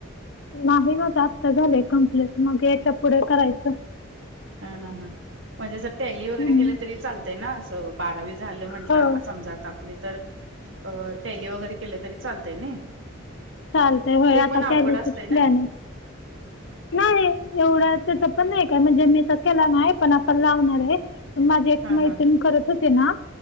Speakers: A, on the left (about 60°); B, on the right (about 65°).
A: नाही म आत्ता झाले कमप्लीट मग याच्या पुढे करायचं
B: ह ह ह म्हणजे अस टॅली वगैरे
A: हम्म
B: केलं तरी चालतय ना बारावी झालं म्हंटलं
A: हो
B: समज आपली तर अ टेली वगैरे केले तरी चालतय ना
A: चालतय होय
B: ते
A: आता
B: पण अवघड
A: टॅलीचच
B: असतय
A: प्लॅन
B: ना
A: आहे. नाही एवढ त्याच पण नाही का म्हणजे मी तर केला नाही पण आपण लावणार आहे पण माझे एक
B: हा
A: मैत
B: हा
A: करत होते ना